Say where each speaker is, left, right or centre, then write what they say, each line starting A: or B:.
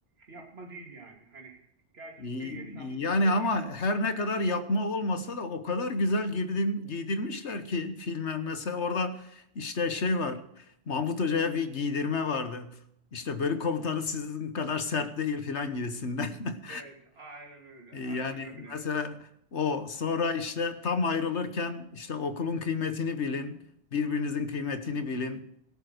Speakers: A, on the right; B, on the left.
A: yapma değil yani. Hani gerçekten
B: Y-
A: yaşanmış
B: Yani
A: bir olay.
B: ama her ne kadar yapma olmasa da o kadar güzel girdim, giydirmişler ki filme. Mesela orada işte şey var. Mahmut Hoca'ya bir giydirme vardı. İşte bölük komutanı sizin kadar sert değil filan gibisinden. <laughs>
A: Evet aynen öyle.
B: Yani
A: Aynen öyle.
B: mesela o sonra işte tam ayrılırken işte okulun kıymetini bilin, birbirinizin kıymetini bilin.